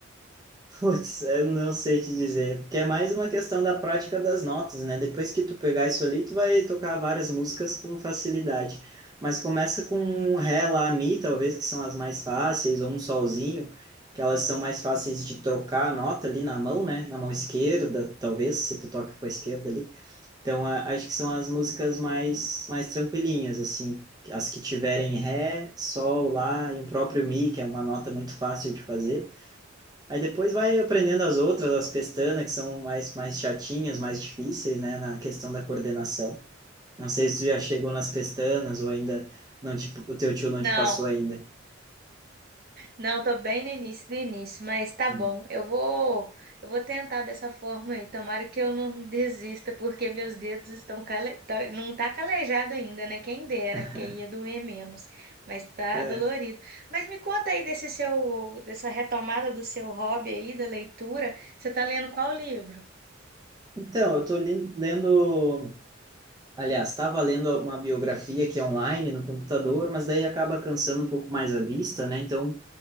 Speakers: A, on the right (about 20°); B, on the right (about 50°).
A: Putz, eu não sei te dizer, porque é mais uma questão da prática das notas, né? Depois que tu pegar isso ali, tu vai tocar várias músicas com facilidade. Mas começa com um ré, lá, mi, talvez, que são as mais fáceis, ou um solzinho, que elas são mais fáceis de trocar a nota ali na mão, né? Na mão esquerda, talvez, se tu toca com a esquerda ali. Então, a- acho que são as músicas mais, mais tranquilinhas, assim. As que tiverem ré, sol, lá, e o próprio mi, que é uma nota muito fácil de fazer. Aí depois vai aprendendo as outras, as pestanas, que são mais, mais chatinhas, mais difíceis, né, na questão da coordenação. Não sei se tu já chegou nas pestanas ou ainda não te, o teu tio não
B: Não.
A: te passou ainda.
B: Não, tô bem no início do início, mas tá
A: Hum.
B: bom. Eu vou, eu vou tentar dessa forma aí. Tomara que eu não desista, porque meus dedos estão cale... tá- não tá calejado ainda, né? Quem dera,
A: <laughs>
B: porque aí ia doer menos, mas tá
A: É.
B: dolorido. Mas me conta aí desse seu, dessa retomada do seu hobby aí da leitura. Você tá lendo qual livro?
A: Então, eu tô li- lendo, aliás, estava lendo uma biografia que é online no computador, mas daí acaba cansando um pouco mais a vista, né? Então,